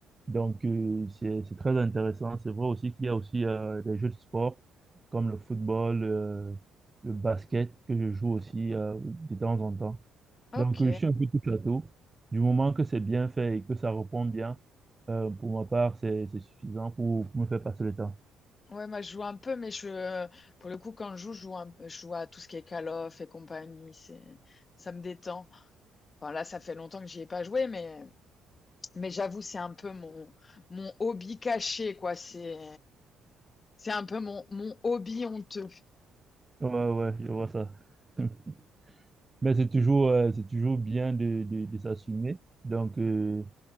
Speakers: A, on the right (about 20°); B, on the left (about 35°).
A: Donc, euh, c'est c'est très intéressant. C'est vrai aussi qu'il y a aussi euh, des jeux de sport comme le football, euh, le basket que je joue aussi euh, de temps en temps.
B: ok.
A: Donc, euh, je suis un peu tout château. Du moment que c'est bien fait et que ça répond bien, euh, pour ma part, c'est c'est suffisant pour, pour me faire passer le temps.
B: Ouais, moi je joue un peu, mais je, pour le coup, quand je joue, je joue un peu, je joue à tout ce qui est Call of et compagnie. C'est, ça me détend. Enfin là, ça fait longtemps que j'y ai pas joué, mais, mais j'avoue, c'est un peu mon, mon hobby caché, quoi. C'est, c'est un peu mon, mon hobby honteux.
A: Ouais, ouais, ouais, je vois ça. <laughs> Mais c'est toujours, euh, c'est toujours bien de, de, de s'assumer. Donc, euh,